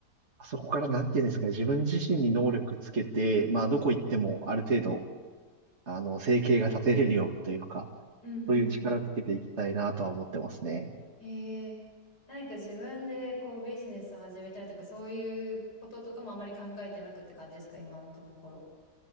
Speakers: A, on the right; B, on the left.
A: そこからなんていうんですかね、自分自身に能力つけて、まあどこ行ってもある程度、あの、生計が立てれるようにというか、
B: うんうんうん。
A: そういう力つけていきたいなとは思ってますね。
B: えー、何か自分でこうビジネス始めたりとか、そういうこととかもあまり考えてなくって感じですか今のところ。